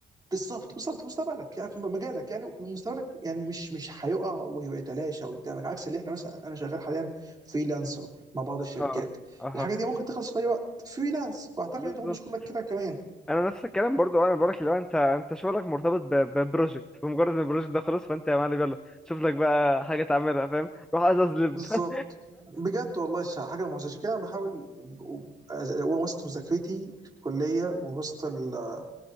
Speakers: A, on the right; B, in the centre.
A: بالظبط بالظبط مستقبلك يعني في مجالك يعني ومستقبلك يعني مش مش هيقع ويتلاشى قدامك عكس اللي احنا مثلا انا شغال حاليا فريلانسر مع بعض الشركات
B: اها اها
A: الحاجه دي ممكن تخلص في اي وقت فريلانس واعتقد
B: بالظبط
A: انت برضه شغلك كده كمان
B: انا نفس الكلام برضو انا بقولك لو انت انت شغلك مرتبط ب- ببروجكت فمجرد ان البروجكت ده خلص فانت يا معلم يلا شوف لك بقى حاجه تعملها فاهم روح ازاز لب
A: بالظبط
B: <laughs>
A: بجد والله الش- حاجه محزنه عشان كده انا بحاول ب- أز- وسط مذاكرتي في الكليه ووسط ال-